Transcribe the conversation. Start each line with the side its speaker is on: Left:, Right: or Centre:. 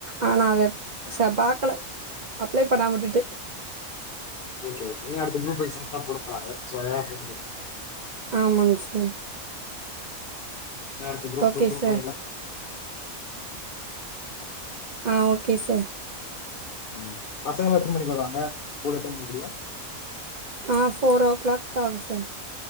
Right: ஆனா அத ச பாக்கல அப்ளே பண்ணாம வுட்டுடே
Left: ஓகே ஓகே இனி அடுத்த குரூப் எக்ஸாம்க்லா போடப் போறாங்க சோ அதனால அப்ளே பண்ணிற்க
Right: ஆமாங் சார்
Left: நாளக்கி group
Right: okay
Left: two group
Right: sir
Left: four எல்லா
Right: அ ஓகே சார்
Left: ம் பசங்களா எத்தன மணிக்கு வருவாங்க ஸ்கூல் எத்தன மணிக்கு முடியு
Right: அ ஃபோர் ஓ க்ளாக் ஆகு சார்